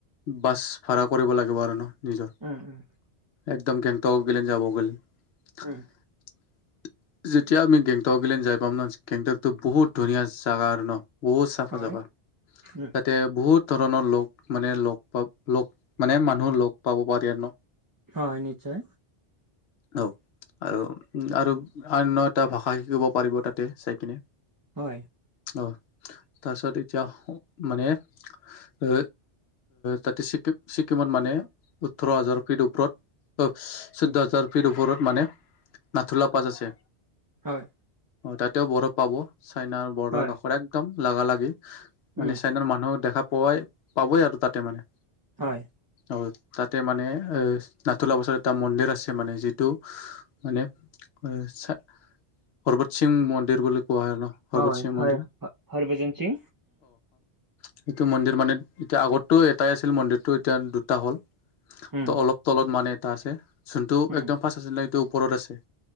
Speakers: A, on the left; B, on the right.
A: বাছ ভাড়া কৰিব লাগিব আৰু ন নিজৰ।
B: উম, উম।
A: একদম গেংটক গিলিন যাব গলে।
B: উম।
A: <unintelligible> যেতিয়া আমি গেংটক গিলিন যাই পাম ন গেংটকতটো বহুত ধুনীয়া যাগা আৰু ন। বহুত চাফা
B: হয়,
A: জগা,
B: উম,
A: তাতে বহুত ধৰণৰ লগ মানে লগ, লগ মানে মানুহৰ লগ পাব পাৰি আৰু ন।
B: হয়, নিশ্চয়।
A: অ'! আৰু, আৰু অন্য এটা ভাষা শিকিব পাৰিব, তাতে চাই কিনে।
B: হয়!
A: অ'! তাৰপিছত, এতিয়া মানে, এ, তাতে ছিকিম ছিক্কিমত মানে ওঠৰ হাজাৰ ফিট ওপৰত চৈধ্য
B: উম,
A: হাজাৰ ফিট ওপৰত মানে নাথোলা পাছ আছে
B: হয়,
A: তাতেও বৰফ পাব। চাইনাৰ বৰ্ডাৰ
B: হয়,
A: কাষৰ একদম লাগা লাগি,
B: উম,
A: মানে চাইনাৰ মানুহ দেখা পোৱাই পাবই আৰু তাতে মানে।
B: হয়!
A: আৰু তাতে মানে, এ, <unintelligible> বছৰ এটা মন্দিৰ আছে। মানে, যিটো মানে, <unintelligible> সিং মন্দিৰ বুলি কোৱা হয়, ন'? হৰবত
B: হয়,
A: সিং
B: হয়,
A: মন্দিৰ
B: <unintelligible> সিং।
A: সেইটো মন্দিৰ মানে, এতিয়া আগতো, এটাই আছিল, মন্দিৰটো। এতিয়া, দুটা হ'ল।
B: উম,
A: ত' অলপ তলত মানে, এটা আছে। যোনটো,
B: উম,
A: একদম ফাৰ্ষ্ট আছিলে, সেইটো ওপৰত আছে।